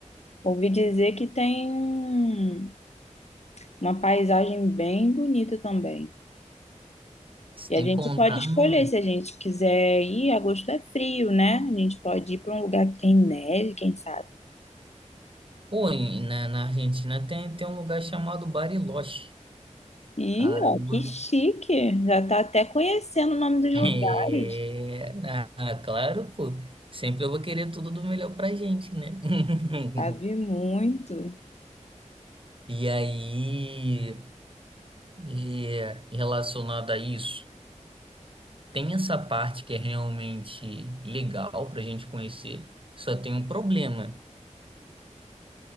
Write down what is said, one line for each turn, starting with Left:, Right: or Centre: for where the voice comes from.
Left: Ouvi dizer que tem um- uma paisagem bem bonita também.
Right: Sem
Left: E a gente
Right: contar
Left: pode escolher
Right: no
Left: se a gente quiser ir. Agosto é frio, né? A gente pode ir para um lugar que tem neve, quem sabe.
Right: Pô, em- na, na Argentina tem, tem um lugar chamado Bariloche.
Left: Ih,
Right: Caramba.
Left: ó, que chique!
Right: <laughs>
Left: Já tá até conhecendo o nome dos
Right: É,
Left: lugares.
Right: na- ah, claro, pô. Sempre eu vou querer tudo do melhor pra gente, né? <laughs>
Left: Sabe muito.
Right: E aí, é, relacionado a isso, tem essa parte que é realmente legal pra gente conhecer, só tem um problema.